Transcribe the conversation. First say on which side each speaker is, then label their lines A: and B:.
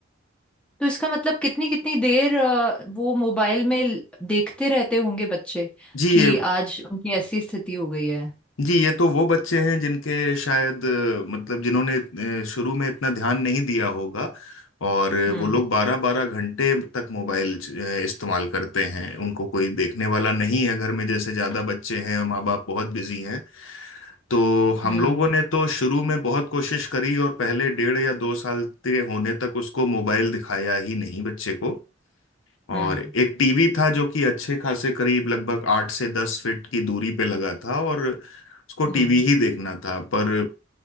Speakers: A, in the centre; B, on the left.
A: तो इसका मतलब कितनी कितनी देर अ, वो मोबाइल में ल- देखते रहते होंगे बच्चे
B: जी
A: कि
B: ये
A: आज उनकी ऐसी स्थिति हो गई है
B: जी ये तो वो बच्चे हैं जिनके शायद अ, मतलब जिन्होंने अ, शुरू में इतना ध्यान नहीं दिया होगा और अ,
A: हम्म
B: वो लोग बारह बारह घंटे तक मोबाइल च- अ, इस्तेमाल करते हैं उनको कोई देखने वाला नहीं है घर में जैसे ज़्यादा बच्चे हैं और माँ बाप बहुत बिजी हैं तो हम
A: हम्म
B: लोगों ने तो शुरू में बहुत कोशिश करी और पहले डेढ़ या दो साल के होने तक उसको मोबाइल दिखाया ही नहीं बच्चे को
A: हम्म
B: और एक टीवी था जो कि अच्छे खासे करीब लगभग आठ से दस फीट की दूरी पे लगा था और उसको
A: हम्म
B: टीवी ही देखना था पर